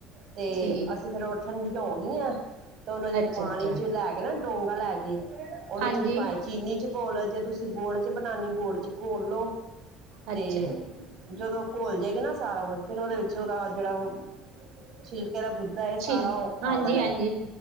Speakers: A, on the right (about 40°); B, on the right (about 85°).
A: ਤੇ
B: ਠੀਕ
A: ਅਸੀਂ ਫਿਰ ਉਹ ਠੰਡੀਆਂ ਹੋ ਗਈਆਂ। ਤੇ ਉਹਨੂੰ ਇੱਕ
B: ਅੱਛਾ-ਅੱਛਾ
A: ਪਾਣੀ ਚ ਲੈ ਕੇ ਨਾ ਡੌਗਾ ਲੈ ਕੇ ਉਹਨੂੰ
B: ਹਾਂਜੀ
A: ਚੀਜ਼ ਪਾਣੀ ਚੀਨੀ ਚ ਘੋਲ ਜੇ ਤੁਸੀਂ ਗੁੜ ਚ ਬਣਾਉਣੀ ਗੁੜ ਚ ਘੋਲ ਲੋ ਤੇ
B: ਅੱਛਾ
A: ਜਦੋਂ ਘੁਲ ਜਾਏਗੀ ਨਾ ਸਾਰਾ ਕੁਛ ਫਿਰ ਉਹਦੇ ਵਿੱਚ ਉਹਦਾ ਜਿਹੜਾ ਉਹ ਛਿਲਕੇ ਦਾ ਗੁੱਦਾ ਇਹ ਸਾਰਾ
B: ਛਿਲ
A: ਉਹ ਪਾ
B: ਹਾਂਜੀ
A: ਦੇਣਾ
B: ਹਾਂਜੀ